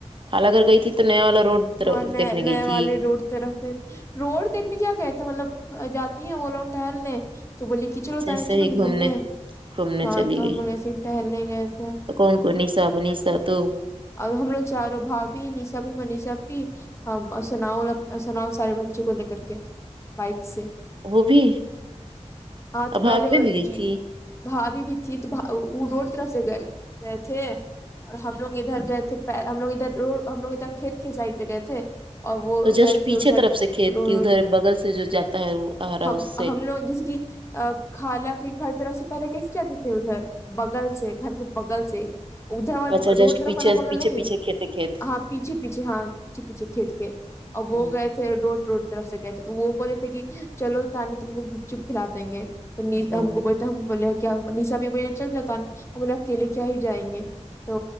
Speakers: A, on the right (about 45°); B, on the left (about 25°).
A: خالہ گھر گئی تھی تو نیا والا روڈ
B: ہاں نے
A: دیکھنے
B: نئے
A: گئی
B: والے
A: تھی
B: روڈ طرف ہے روڈ دیکھنے کیا کہتا مطلب جاتی ہیں وہ لوگ ٹہلنے تو بولی کی چلو
A: اچھا
B: تانیا
A: ایسے
B: چلو
A: ہی
B: گی گھومنے
A: گھومنے
B: ہاں
A: چلی
B: تو
A: گئی
B: ہم لوگ ایسے ہی ٹہلنے گئے تھے
A: تو کون کون نسا منیسا تو
B: اور ہم لوگ چاروں بھابی نیشا بھی منیشا بھی سناؤ سناؤ سارے بچوں کو لے کر کے بائک سے
A: وہ بھی
B: ہاں تو
A: ابھاوے
B: پہلے وہ
A: بھی گئی
B: جی
A: تھی
B: بھابی بھی تھی تو وہ روڈ طرف سے گئے گئے تھے اور ہم لوگ ادھر گئے تھے ہم لوگ ادھر رو ہم لوگ ادھر کھیت کی سائڈ سے گئے تھے اور وہ
A: تو جسٹ
B: گئے تھے
A: پیچھے
B: ادھر
A: طرف سے کھیت
B: روڈ
A: کی ادھر بغل سے جو جاتا ہے وہ آ رہا
B: ہم
A: اس سے
B: ہم لوگ جسے کی آ خالا کی گھر طرف سے پہلے کیسے جاتے تھے ادھر بغل سے گھر کے بغل سے ادھر والے
A: اچھا
B: روڈ
A: جسٹ
B: طرف
A: پیچھے
B: الا بغل
A: پیچھے
B: نہیں
A: پیچھے کھیت ہے کھیت
B: ہاں پیچھے پیچھے ہاں پیچھے پیچھے کھیت کے اور وہ
A: ہوں
B: گئے تھے روڈ روڈ طرف سے گئے تھے تو وہ بولے تھے کی چلو تانیا تم کو گپ چپ کھلا دیں گے تو نی
A: ہوں
B: ہم کو بولتے ہم بولے کیا نسا اپی بولے چل جا تانیا ہم بولے اکیلے کیا ہی جائیں گے تو